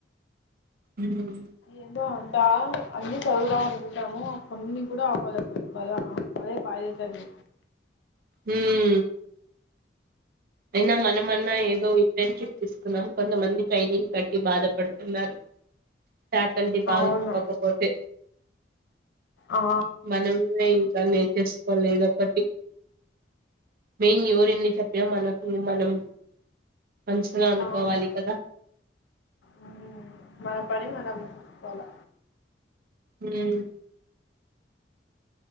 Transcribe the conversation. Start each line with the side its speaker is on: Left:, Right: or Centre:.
Right: ఉమ్మ్
Left: ఏందో అంటా అన్ని చదువుదాం అనుకుంటాము కొన్ని కూడా అవ్వదు అసలు కదా అదే బాధయితాది
Right: ఉమ్మ్ అయినా మనమన్నా ఏదో ఇంటర్న్షిప్ తీసుకున్నాం కొంతమంది ట్రైనింగ్ కట్టి బాధపడుతున్నారు ఫ్యాకల్టీ బాగా
Left: అవును
Right: చెప్పకపోతే
Left: ఆ
Right: మనమే ఇంకా మే చేసుకోలేదు ఒకటి మెయిన్ ఎవరెన్ని చెప్పినా మన కు మనం మనసులో అనుకోవాలి
Left: అవును
Right: కదా
Left: మ్మ్. మన పని మనం చూసుకోవాలా
Right: ఉమ్మ్